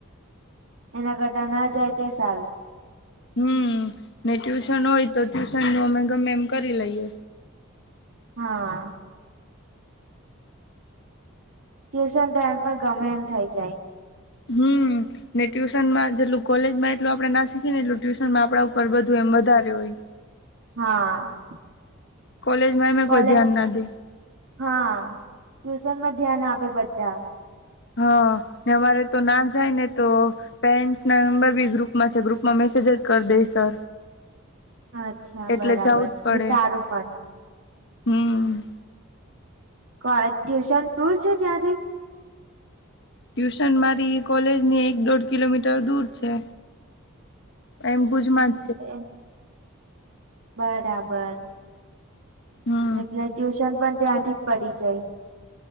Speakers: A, on the right; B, on the left.
A: એના કરતા ના જાય તે સારું
B: હમ ને ટ્યુશન હોય તો ટ્યુશન નો અમે ગમે એમ કરી લઈએ
A: હા ટ્યુશન તો એમ પણ ગમે એમ થઇ જાય
B: હમ ને ટ્યુશનમાં જેટલું કોલેજમાં એટલું આપણેે ના શીખી ને એટલું ટ્યુશનમાં આપણા ઉપર બધું એમ વધારે હોય
A: હા
B: કોલેજ માંં એમ એય
A: કોલેજ
B: કોઈ ધ્યાન ના દે
A: હા ટ્યુશનમાં ધ્યાન આપે બધા
B: હા ને અમારે તો ના જાય ને તો પેરેન્ટસ ના નંબર બી ગ્રુપમાં છે ગ્રુપમાં મેસેજ જ કર દે સર
A: અચ્છા
B: એટલે
A: બરાબર
B: જવું જ પડે
A: એ સારું પણ
B: હમ
A: કો ટ્યુશન દુર છે ત્યાંથી
B: ટ્યુશન મારી કોલેજની એક દોઢ કિલોમીટર દૂર છે એમ ભૂજમાં
A: એ બરાબર
B: હા
A: એટલે ટ્યુશન પણ ત્યાંથી પડી જાય